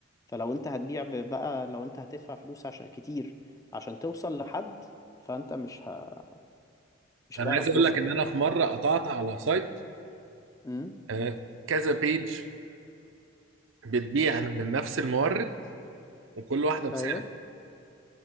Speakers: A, on the left; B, on the right.
A: فلو انت هتبيع ب- بقى لو انت هتدفع فلوس عشان كتير عشان توصل لحد فانت مش ه... مش
B: انا
A: هتعرف
B: عايز اقول
A: توصل
B: لك ان انا في مره قطعت على سايت
A: امم
B: آه، كذا بيج بتبيع من نفس المورد وكل واحده بسعر
A: ايوه